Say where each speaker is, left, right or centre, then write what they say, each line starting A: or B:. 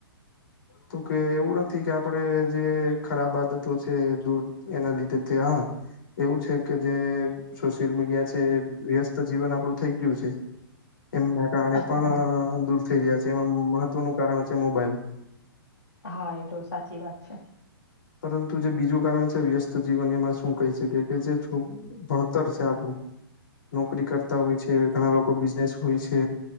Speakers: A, on the left; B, on the left.
A: તો કે એવું નથી કે આપડે જે ખરાબ આદતો છે દૂર એના લીધે તે હા એવું છે કે જે સોશિયલ મીડિયા છે વ્યસ્ત જીવન આપડું થઈ ગયું છે. એમના કારણે પણ
B: હા
A: દૂર થઈ રહ્યા છે એમાં મહત્વનું કારણ છે મોબાઈલ
B: હા એ તો સાચી વાત છે.
A: પરંતુ જે બીજું કારણ છે વ્યસ્ત જીવન એમાં શ શું કહી શકી કે જે ભણતર છે આપણું. નોકરી કરતા હોય છે ઘણા લોકો બ હોય છે